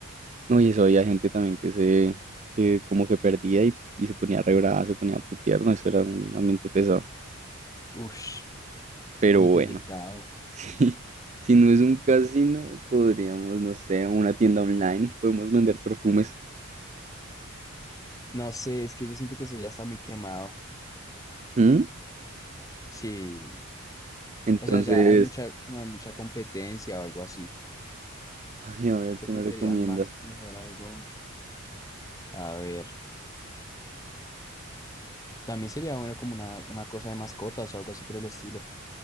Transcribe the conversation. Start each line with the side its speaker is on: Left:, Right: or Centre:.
Right: No, y eso había gente también que se, que como que perdía y, y se ponía re brava, se ponía a putear, no, eso era un ambiente pesado.
Left: Ush,
Right: Pero
Left: uy,
Right: bueno,
Left: delicado.
Right: <laughs> sí. Si no es un casino, podríamos, no sé, una tienda online, podemos vender perfumes.
Left: No sé, es que yo siento que eso ya está muy quemado.
Right: ¿Mm?
Left: Sí.
Right: Entonces,
Left: O sea, ya hay mucha, como hay mucha competencia o algo así.
Right: Ay, a ver,
Left: Siento
Right: ¿qué
Left: que
Right: me recomiendas?
Left: serían más, mejor algo. A ver. También sería bueno como una, una cosa de mascotas o algo así por el estilo.